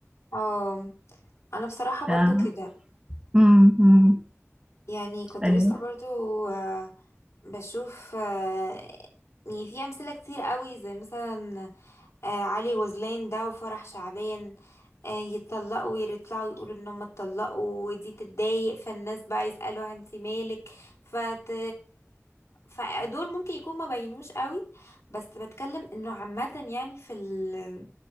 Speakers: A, on the left; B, on the right.
A: اه انا بصراحة برضو
B: ف-
A: كده
B: مم. مم.
A: يعني كنت
B: ايوه
A: لسه برضو آه، بشوف آه، يعني في أمثلة كتير قوي زي مثلا آه علي غزلان ده وفرح شعبان آه يتطلقوا ويطلعوا يقولوا ان هم اتطلقوا ودي تتضايق فالناس بقى يسألوا انت مالك فت... فدول ممكن يكون ما بينوش قوي بس بتكلم انه عامة يعني في ال...